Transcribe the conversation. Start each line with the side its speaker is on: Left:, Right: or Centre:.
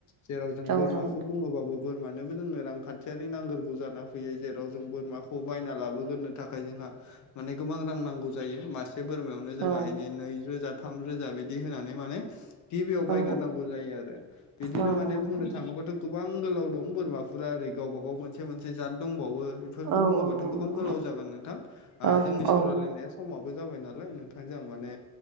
Left: जेराव जों
Right: औ
Left: बोरमाखौ
Right: नंगौ नोंथां
Left: बुङोबाबो बोरमानोबो जोंनो रांखान्थियारि नांगोरगौ जाना फैयो जेराव जों बोरमाखौ बायना लाबोगोरनो थाखाय जोंहा माने गोबां रां नांगौ जायो मासे से बोरमायावनो जोंहा
Right: औ
Left: एनि नै रोजा थाम रोजा बिदि होनानै माने गिबियाव बायगोरनांगौ
Right: औ
Left: जायो आरो बिदिनो
Right: औ
Left: माने
Right: नंगौ
Left: बुंनो
Right: नोंथां
Left: थाङोबाथ' गोबां गोलाव दं बोरमाफोरा ओरै गावबा गाव मोनसे मोनसे जात दंबावो। बेफोरखौ
Right: औ
Left: बुङोबाथ'
Right: औ नंगौ
Left: गोबां
Right: नोंथां
Left: गोलाव जागोन नोंथां
Right: औ
Left: जोंनि
Right: औ
Left: सावरायलायनाया समाबो जाबाय नालाय नोंथां। नोंथांजों आं माने